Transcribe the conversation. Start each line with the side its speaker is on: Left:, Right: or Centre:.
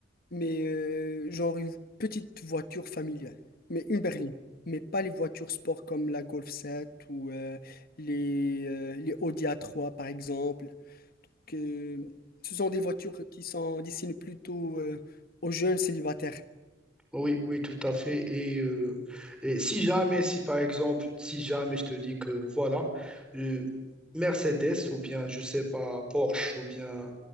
Left: mais euh, genre une petite voiture familiale, mais une berline, mais pas les voitures sport comme la Golf sept ou euh, les, euh, les Audi a trois par exemple, que ce sont des voitures qui sont destinées plutôt euh, aux jeunes célibataires.
Centre: Oui, oui, tout à fait. Et, euh, et si jamais, si par exemple, si jamais je te dis que voilà, euh, Mercedes ou bien, je sais pas, Porsche ou bien